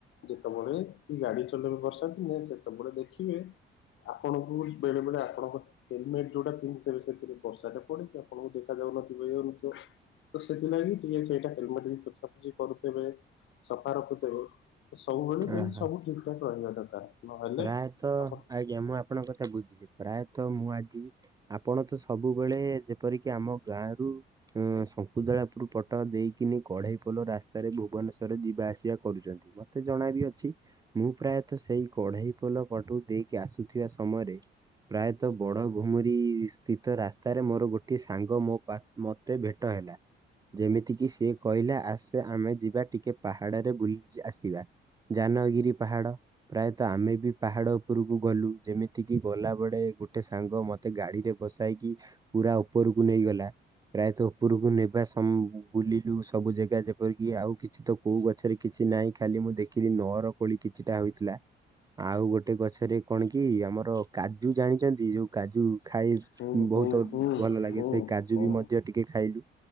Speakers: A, on the left; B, on the right.
A: ଯେତେବେଳେ ଗାଡି ଚଲେଇବେ ବର୍ଷା ଦିନେ ସେତେବେଳେ ଦେଖିବେ ଆପଣଙ୍କୁ ବେଳେ ବେଳେ ଆପଣଙ୍କ ହେଲମେଟ ଯୋଉଟା ପିନ୍ଧିିଥିବ ସେଥିରେ ବର୍ଷାଟା ପଡୁଥିବ ଆପଣଙ୍କୁ ଦେଖାଯାଉନଥିବ ତ ସେଥିଲାଗି ଟିକେ ସେଇଟା ହେଲମେଟବି ପୋଛାପୋଛି କରୁଥିବେ। ସଫା ରଖୁଥିବ ତ ସବୁବେଳେ
B: ଓହୋ
A: ଯେମିତି ସବୁ ଠିକ୍ ଠାକ୍ ରହିବା ଦରକାର। ନହେଲେ
B: ପ୍ରାୟତଃ
A: ଆପଣ
B: ଆଜ୍ଞା ମୁଁ ଆପଣଙ୍କ କଥା ବୁଝିଲି ପ୍ରାୟତଃ ମୁଁ ଆଜି ଆପଣତ ସବୁବେଳେ ଯେପରିକି ଆମ ଗାଁରୁ ଶଙ୍କୁଦଳାପୁର ପଟ ଦେଇକିନି କଢେଇ ପୋଲ ରାସ୍ତାରେ ଭୁବନେଶ୍ଵର ଯିବା ଆସିବା କରୁଚନ୍ତି ମ ମତେ ଜଣାବି ଅଛି ମୁଁ ପ୍ରାୟତଃ ସେଇ କଢେଇ ପୋଲ ପାଟୁ ଦେଇକି ଆସୁଥିବା ସମୟରେ ପ୍ରାୟତଃ ବଡ଼ ଘୁମୁରି ସ୍ଥିତ ରାସ୍ତାରେ ମୋର ଗୋଟଏ ସାଙ୍ଗ ମୋ ପା୍ ମତେ ଭେଟ ହେଲା। ଯେମିତିକିି ସିଏ କହିଲା ଆସେ ଆମେ ଯିବା ଟିକେ ପାହାଡ଼ରେ ବୁଲିକି ଆସିବା। ଯାନଗିରି ପାହାଡ଼। ପ୍ରାୟତଃ ଆମେବି ପାହାଡ଼ ଉପରକୁ ଗଲୁ ଯେମିତିକି ଗଲାବେଳେ ଗୋଟେ ସାଙ୍ଗ ମୋ ତେ ଗାଡ଼ିରେ ବସାଇକି ପୁରା ଉପରକୁ ନେଇଗଲା ପ୍ରାୟତଃ ଉପରକୁ ନେବା ସମ୍ ବୁଲିଲୁ ସବୁ ଜାଗା ଯେପରିକି ଆଉ କିଛିତ କୋଉ ଗଛରେ କିଛି ନାହିଁ ଖାଲି ମୁଁ ଦେଖିଲି ନଅର କୋଳି କିଛିଟା ହୋଇଥିଲା ଆଉ ଗୋଟେ ଗଛରେ କଣକି ଆମର କାଜୁ ଜାଣିଚନ୍ତି ଯୋଉ କାଜୁ ଖାଇ
A: ହୁଁ ହୁଁ
B: ବହୁତ୍
A: ହୁଁ
B: ଭଲ ଲାଗେ
A: ହୁଁ
B: ସେଇ କାଜୁବି
A: ହୁଁ
B: ମଧ୍ୟ ଟିକେ ଖାଇଲୁ